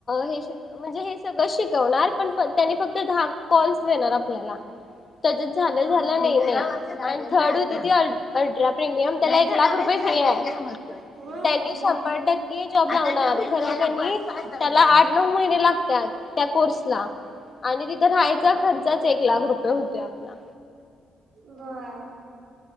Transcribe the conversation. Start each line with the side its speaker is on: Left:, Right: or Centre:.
Left: हे श म्हणजे हे सगळं शिकवणार पण त्यांनी फक्त कॉल्स देणार आपल्याला त्याच्या झालं
Right: हा
Left: झालं नाही नाही आणि थर्ड होती त अल्ट्रा प्रिमियम त्याला एक लाख रुपये त्यांनी
Right: बर
Left: शंभर टक्के ते जॉब लावणार खर क त्याला आठ नऊ महिने लागतात त्या कोर्सला आणि तिथं राहायचा खर्चाच एक लाख रुपये होते आपला
Right: बर